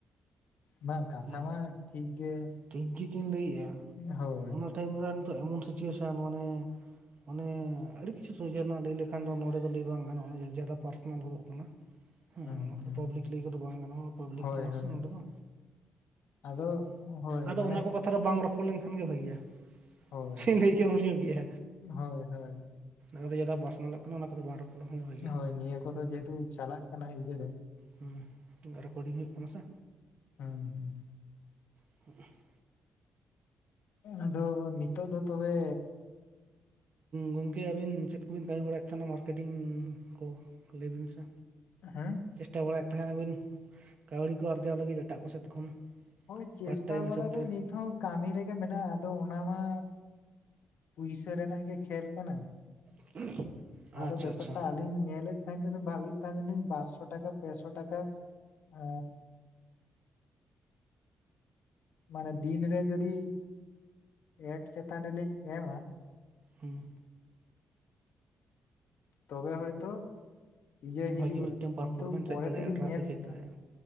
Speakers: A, on the left; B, on the right.
A: ᱵᱟᱝ ᱠᱟᱛᱷᱟ
B: ᱤᱧ
A: ᱢᱟ ᱴᱷᱤᱠ ᱜᱮ
B: ᱴᱷᱤᱠ ᱜᱮᱠᱤᱱ ᱞᱟᱹᱭᱮᱜᱼᱟ
A: ᱦᱳᱭ
B: ᱚᱱᱟ ᱴᱟᱭᱤᱢ ᱨᱮ ᱱᱤᱛᱳᱜ ᱮᱢᱚᱱ ᱥᱤᱪᱩᱭᱮᱥᱚᱱ ᱢᱟᱱᱮ ᱚᱱᱮ ᱟᱹᱰᱤ ᱠᱤᱪᱷᱩ ᱥᱚᱡᱷᱮ ᱞᱟᱹᱭ ᱞᱮ ᱠᱷᱟᱱ ᱫᱚ ᱱᱚᱰᱮ ᱫᱚ ᱞᱟᱹᱭ ᱵᱟᱝ ᱜᱟᱱᱚᱜᱼᱟ ᱡᱟᱫᱟ ᱯᱟᱨᱥᱚᱱᱟᱞ ᱜᱚᱫᱚᱜ ᱠᱟᱱᱟ ᱦᱮᱸ
A: ᱦᱩᱸ
B: ᱚᱱᱟ ᱠᱚᱫᱚ
A: ᱦᱩᱸ
B: ᱯᱟᱵᱽᱞᱤᱠ ᱞᱟᱹᱭ ᱠᱚᱫᱚ ᱵᱟᱝ ᱜᱟᱱᱚᱜᱼᱟ ᱯᱟᱵᱽᱞᱤᱠ
A: ᱦᱳᱭ
B: ᱠᱟᱱᱟ
A: ᱦᱳᱭ
B: ᱥᱮ ᱱᱚᱸᱰᱮ ᱫᱚ
A: ᱟᱫᱚ ᱦᱳᱭ
B: ᱟᱫᱚ
A: ᱢᱟᱱᱮ
B: ᱚᱱᱟ ᱠᱚ ᱠᱟᱛᱷᱟ ᱫᱚ ᱵᱟᱝ ᱨᱚᱯᱚᱲ ᱞᱮᱱᱠᱷᱟᱱ ᱜᱮ ᱵᱷᱟᱜᱮᱭᱟ
A: ᱦᱳᱭ
B: ᱪᱮᱫ ᱤᱧ ᱞᱟᱹᱭ ᱠᱮᱫᱼᱟ ᱵᱩᱡᱷᱟᱹᱣ ᱠᱮᱫᱼᱟ
A: ᱦᱳᱭ ᱦᱳᱭ
B: ᱚᱱᱟ ᱠᱚᱫᱚ ᱡᱚᱛᱚ ᱯᱟᱨᱥᱚᱱᱟᱞᱚᱜ ᱠᱟᱱᱟ ᱚᱱᱟ ᱠᱚᱫᱚ ᱵᱟᱝ ᱨᱚᱯᱚᱲ ᱞᱮᱱᱠᱷᱟᱱ ᱜᱮ ᱵᱷᱟᱹᱜᱤᱭᱟ
A: ᱦᱳᱭ ᱱᱤᱭᱟᱹ ᱠᱚᱫᱚ ᱡᱮᱦᱮᱛᱩ ᱪᱟᱞᱟᱜ ᱠᱟᱱᱟ ᱤᱭᱟᱹᱨᱮ
B: ᱦᱩᱸ ᱨᱮᱠᱚᱨᱰᱤᱝ ᱦᱩᱭᱩᱜ ᱠᱟᱱᱟ ᱥᱮ
A: ᱦᱮᱸ ᱦᱮᱸ
B: <inaudible>
A: ᱟᱫᱚ ᱱᱤᱛᱚᱜ ᱫᱚ ᱛᱚᱵᱮ
B: ᱜᱚᱢᱠᱮ ᱟᱹᱵᱤᱱ ᱪᱮᱫ ᱠᱚᱵᱤᱱ ᱠᱟᱹᱢᱤ ᱵᱟᱲᱟᱭᱮᱫ ᱛᱟᱦᱮᱱᱟ ᱢᱟᱨᱠᱮᱴᱤᱝ ᱠᱚ ᱞᱟᱹᱭ ᱵᱤᱱ ᱥᱮ?
A: ᱦᱮᱸ
B: ᱪᱮᱥᱴᱟ ᱵᱟᱲᱟᱭᱮᱫ ᱛᱟᱦᱮᱱᱟᱵᱤᱱ ᱠᱟᱹᱣᱰᱤ ᱠᱚ ᱟᱨᱡᱟᱣ ᱞᱟᱹᱜᱤᱫ ᱮᱴᱟᱜ ᱠᱚ ᱥᱮᱫ ᱠᱷᱚᱱ
A: ᱦᱳᱭ ᱪᱮᱥᱴᱟ
B: ᱯᱟᱨᱴ ᱴᱟᱭᱤᱢ
A: ᱵᱟᱲᱟ
B: ᱦᱤᱥᱟᱹᱵ
A: ᱫᱚ
B: ᱛᱮ
A: ᱱᱤᱛ ᱦᱚᱸ ᱠᱟᱹᱢᱤ ᱨᱮᱜᱮ ᱢᱮᱱᱟᱜᱼᱟ ᱟᱫᱚ ᱚᱱᱟ ᱢᱟ ᱯᱩᱭᱥᱟᱹ ᱨᱮᱱᱟᱜ ᱜᱮ ᱠᱷᱮᱞ ᱠᱟᱱᱟ
B: <unintelligible>
A: ᱟᱫᱚ ᱵᱮᱯᱮᱨᱴᱟᱞ
B: ᱟᱪᱪᱷᱟ
A: ᱤᱧ ᱧᱮᱞᱮᱫ ᱛᱟᱦᱮᱸᱱᱟᱞᱤᱧ ᱵᱷᱟᱵᱤᱭᱮᱫ ᱛᱟᱦᱮᱸᱱᱟᱞᱤᱧ ᱵᱟᱨᱥᱚ ᱴᱟᱠᱟ ᱯᱮᱥᱚ ᱴᱟᱠᱟ ᱮ ᱢᱟᱱᱮ ᱫᱤᱱ ᱨᱮ ᱡᱚᱫᱤ ᱮᱰ ᱪᱮᱛᱟᱱ ᱨᱮᱞᱤᱧ ᱮᱢᱟ
B: ᱦᱩᱸ
A: ᱛᱚᱵᱮ ᱦᱚᱭᱛᱚ ᱤᱭᱟᱹ ᱦᱤᱡᱩᱜᱼᱟ
B: ᱵᱷᱟᱹᱜᱤ ᱢᱤᱫᱴᱮᱱ
A: ᱠᱤᱱᱛᱩ
B: ᱯᱟᱨᱯᱷᱚᱨᱢᱮᱱᱥ
A: ᱯᱚᱨᱮ
B: ᱦᱮᱡ ᱫᱟᱲᱮᱭᱟᱜᱼᱟ
A: ᱛᱮᱞᱤᱧ
B: ᱴᱨᱟᱯᱷᱤᱠ
A: ᱧᱮᱞ
B: ᱦᱮᱡ
A: ᱠᱮᱜᱼᱟ
B: ᱫᱟᱲᱮᱭᱟᱜᱼᱟ